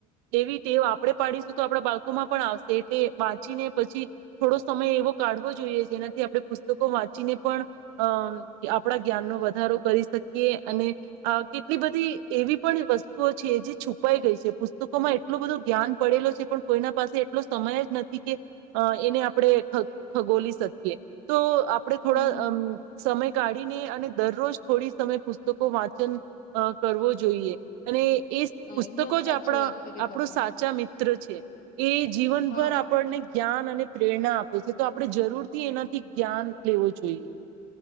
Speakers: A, on the right (about 60°); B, on the left (about 50°).
A: એવી ટેવ આપડે પાડીશું તો આપડા બાળકોમાં પણ આવશે એ તે મા વાંચીને પછી થોડો સમય એવો કાઢવો જોઈએ. જેનાથી આપણે પુસ્તકો વાંચીને પણ અમ્મ આપણા જ્ઞાનનો વધારો કરી શકીએ અને અ કેટલી બધી એવી પણ વસ્તુઓ છે જે છુપાઈ ગઈ છે. પુસ્તકોમાં એટલો બધો જ્ઞાન પડેલો છે. પણ કોઈના પાસે એટલો સમય જ ન કે એને આપણે ખ ખગોલી શકીએ. તો આપડણે થોડા
B: હમ.
A: અમ્મ સમય કાઢીને અને દરરોજ થોડી સમય પુસ્તકો વાંચન કરવો અ જોઈએ અને એ જ
B: હા,
A: પુસ્તકો
B: એકદમ સાચી
A: જ આપણા
B: વાત કરી
A: આપણું
B: તમે.
A: સાચા મિ ત્ર છે. એ જીવનભર
B: હા
A: આપ જ્ઞાન અને પ્રેરણા આપે છે તો આપણે જરૂર થી એનાથી જ્ઞાન લેવું જોઈએ.